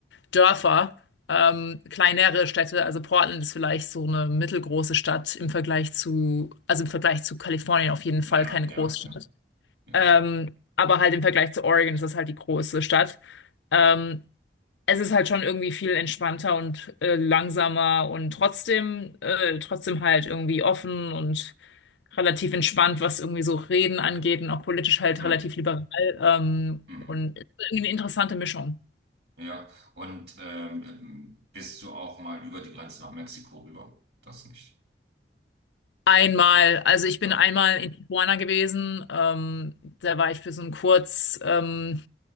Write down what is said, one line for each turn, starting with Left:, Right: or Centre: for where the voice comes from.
Left: Dörfer, ähm, kleinere Städte. Also Portland ist vielleicht so eine mittelgroße Stadt im Vergleich zu, also im Vergleich zu Kalifornien auf jeden
Right: Ja,
Left: Fall keine
Right: ja,
Left: Großstadt.
Right: ja, ja.
Left: Ähm, aber halt im Vergleich zu Oregon ist das halt die große Stadt. Ähm, es ist halt schon irgendwie viel entspannter und äh, langsamer und trotzdem, äh, trotzdem halt irgendwie offen und relativ entspannt, was irgendwie so Reden angeht und auch politisch halt
Right: Hm.
Left: relativ liberal. Ähm,
Right: Hm.
Left: und es ist irgendwie eine interessante Mischung.
Right: Ja. Und ähm, ähm, bist du auch mal über die Grenze nach Mexiko rüber? Das nicht.
Left: Einmal, also ich
Right: Doch.
Left: bin einmal in Tijuana gewesen, ähm, da war ich für so einen Kurzurlaub